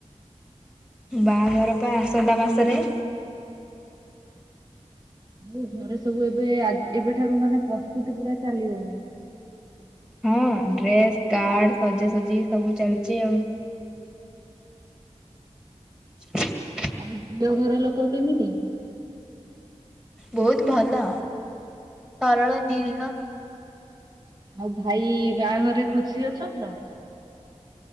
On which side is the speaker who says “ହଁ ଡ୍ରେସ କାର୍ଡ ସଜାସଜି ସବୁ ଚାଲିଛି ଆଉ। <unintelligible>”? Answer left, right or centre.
Centre